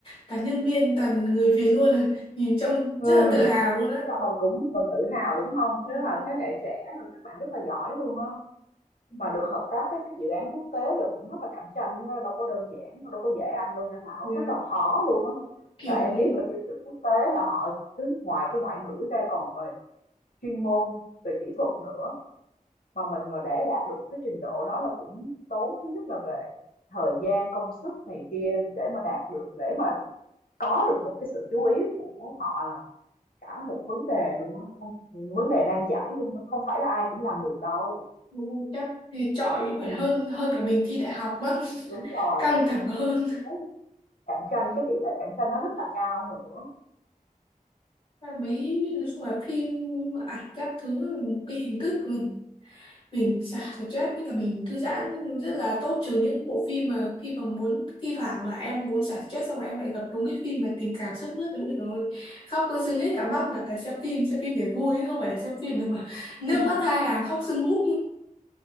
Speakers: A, on the left; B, on the left.
A: toàn nhân viên toàn người Việt luôn à nhìn trông
B: ừm,
A: rất là tự hào luôn á
B: tức là mình cũng mình tự hào, đúng không?
A: Ừ.
B: Tức là
A: đúng.
B: thế hệ trẻ rồi các bạn rất là giỏi luôn á,
A: Ừ.
B: mà được hợp tác với các dự án quốc tế rồi cũng rất là cạnh tranh á, đâu có đơn giản, đâu có dễ ăn đâu nha Thảo,
A: Thì là
B: rất là khó luôn á.
A: kiểu
B: Là em
A: như
B: biết là tiêu chuẩn quốc tế là họ cứ ngoài cái ngoại ngữ ra còn về chuyên môn, về kỹ thuật nữa, mà mình mà để đạt được một cái trình độ đó là cũng tốn thứ nhất là về thời gian, công sức này kia để mà đạt được để mà có được một cái sự chú ý của họ là Cả một vấn đề luôn á, không vấn đề nan giải luôn đó, không phải là ai cũng làm được đâu.
A: ừ, chắc thì chọi
B: Ừm.
A: phải hơn hơn cả mình thi đại học mất
B: Đúng
A: <laughs>
B: rồi,
A: căng thẳng hơn
B: cái cạnh tranh, cái tỷ lệ cạnh tranh nó rất là cao nữa.
A: Và mấy nói chung là phim ảnh các thứ một cái hình thức của mình. mình xả stress với cả mình thư giãn rất là tốt trừ những bộ phim mà khi mà muốn thi thoảng mà em muốn xả stress xong em lại gặp đúng cái phim mà tình cảm sướt mướt đúng rồi khóc có sưng hết cả mắt mà tại xem phim xem phim để vui chứ không phải là xem phim để mà nước
B: Ừm.
A: mắt hai hàng khóc sưng húp